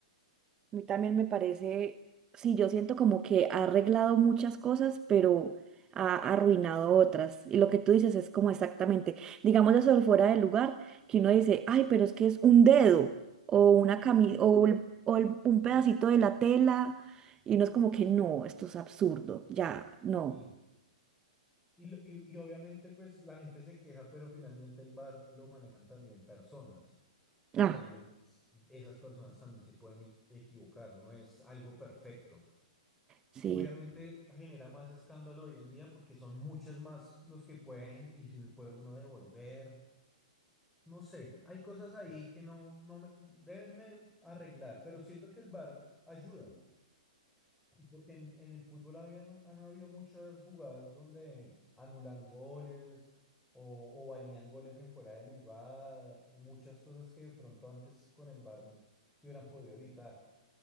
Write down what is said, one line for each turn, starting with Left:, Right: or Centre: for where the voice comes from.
Right: A mí también me parece, sí, yo siento como que ha arreglado muchas cosas, pero ha arruinado otras. Y lo que tú dices es como exactamente, digamos eso de fuera del lugar, que uno dice, ay, pero es que es un dedo o una cami
Centre: Literal.
Right: o, el- o el- un pedacito de la tela. Y uno es como que no, esto es absurdo, ya, no.
Centre: Sí. Y, lo- y, y obviamente, pues la gente se queja, pero finalmente el VAR lo manejan también personas. Y
Right: Ah,
Centre: también esas personas también se pueden e- equivocar, no es algo perfecto.
Right: sí.
Centre: Obviamente genera más escándalo hoy en día porque son muchas más los que pueden y si puede uno devolver. No sé, hay cosas ahí que no, no me- deben me- arreglar, pero siento que el VAR ayuda, porque en, en el fútbol habían, han habido muchas jugadas donde anulan goles o, o valían goles en fuera de lugar o muchas cosas que de pronto antes con el VAR se hubieran podido evitar.